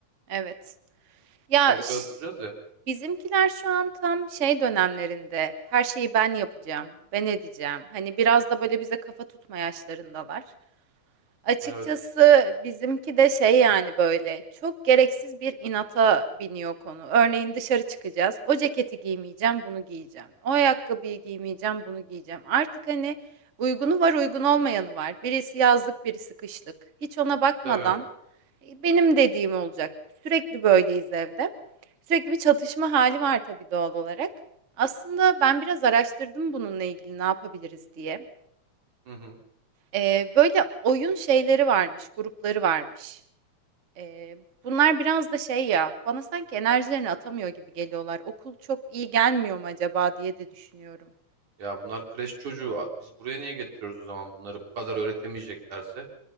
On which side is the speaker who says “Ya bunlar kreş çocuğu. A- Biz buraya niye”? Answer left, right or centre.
Right